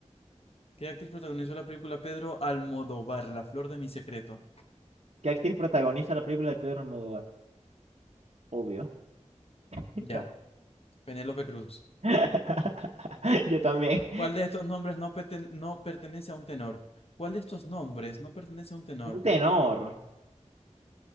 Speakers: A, on the left; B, on the right.
A: ¿Qué actriz protagonizó la película Pedro Almodóvar, La flor de mi secreto?
B: ¿Qué actriz protagoniza la película de Pedro Almodóvar? Obvio. <laughs>
A: Ya,
B: No.
A: Penélope Cruz.
B: <laughs> Yo también.
A: ¿Cuál de estos nombres no, perten- no pertenece a un tenor? ¿Cuál de estos nombres no pertenece a un tenor?
B: Un tenor.